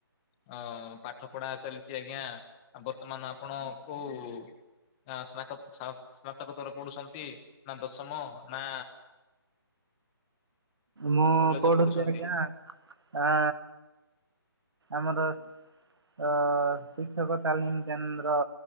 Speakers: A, on the left; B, on the right.
A: ଅଁ ପାଠ ପଢା ଚାଲିଚି ଆଜ୍ଞା ଆବର୍ ମାନେ ଆପଣ କୋଉ, ନାଁ ସ୍ନାକତ୍ ସାନ୍ତ୍ ସ୍ନାତକୋତ୍ତର ପୋଡୁଛନ୍ତି? ନା, ଦଶମ ନା
B: ମୁଁ
A: କଲେଜ
B: ପଢୁଚି
A: ପଢୁଛନ୍ତି
B: ଆଜ୍ଞା ଆଁ ଆମର ଅ ଶିକ୍ଷକ ତାଲିମ କେନ୍ଦ୍ର।